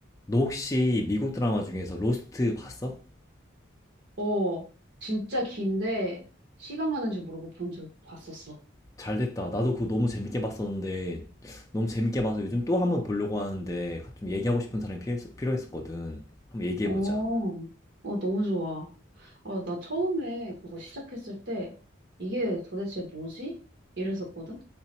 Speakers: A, on the left (about 15°); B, on the right (about 60°).
A: 너 혹시 미국 드라마 중에서 로스트 봤어?
B: 어, 진짜 긴데 시간 가는 줄 모르고 본 적 봤었어.
A: 잘 됐다. 나도 그거 너무 재밌게 봤었는데, 너무 재밌게 봐서 요즘 또 한번 보려고 하는데, 좀 얘기하고 싶은 사람이 필요했, 필요했었거든. 한번 얘기해보자.
B: 어, 어, 너무 좋아. 아, 나 처음에 그거 시작했을 때 이게 도대체 뭐지? 이랬었거든?